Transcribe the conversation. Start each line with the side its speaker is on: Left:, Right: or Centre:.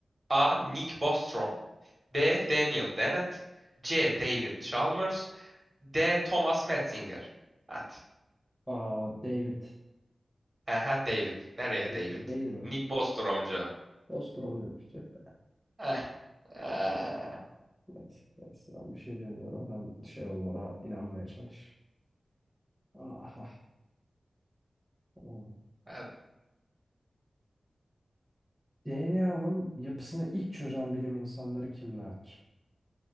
Right: A. Nick Bostrom B. Daniel Dennett C. David Chalmers D. Thomas Metzinger Hadi.
Centre: Aa David.
Right: Aha David. Nereye
Centre: E,
Right: David?
Centre: değil mi?
Right: Nick Bostromcu.
Centre: Nostromo'ymuş. Tüh be.
Right: Eh. Eh.
Centre: Hadi bakalım. Neyse, neyse ben bir şey demiyorum. Sen şey olduğuna inanmaya çalış. Ah, ah.
Right: Hadi.
Centre: DNA'nın yapısını ilk çözen bilim insanları kimlerdir?